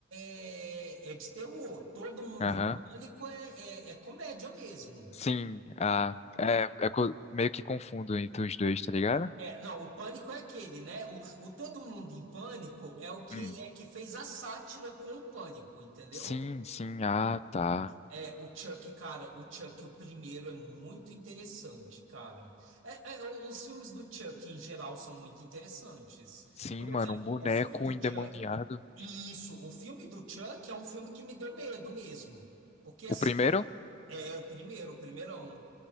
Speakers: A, on the right; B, on the left.
A: é, é de terror, todo mundo
B: Aham.
A: em pânico é, é, é comédia mesmo.
B: Sim, ah, é, é co- meio que confundo entre os dois, tá ligado?
A: É, não, o pânico é aquele, né? O, o Todo Mundo em Pânico é o que
B: Hum.
A: é que fez a sátira com o pânico, entendeu?
B: Sim, sim, ah, tá.
A: É, o Chuck, cara, o Chuck, o primeiro é muito interessante, cara. É, é, o- os filmes do Chuck em geral são muito interessantes.
B: Sim,
A: Por
B: mano,
A: exemplo,
B: um boneco
A: o filme do
B: endemoniado.
A: Chuck, e isso, o filme do Chuck é um filme que me deu medo mesmo, porque assim,
B: O primeiro?
A: é o primeiro, o primeirão.